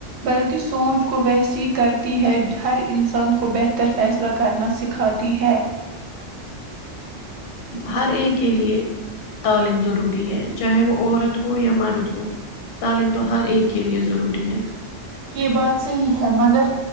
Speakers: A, on the right; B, on the left.
A: بلکہ سوچ کو ویسی ہی کرتی ہے ہر انسان کو بہتر فیصلہ کرنا سکھاتا ہے
B: ہر ایک کے لیے تعلیم ضروری ہے چاہے وہ عورت ہو یا مرد ہو تعلیم تو ہر ایک کے لیے ضروری ہے
A: یہ بات صحیح ہے مگر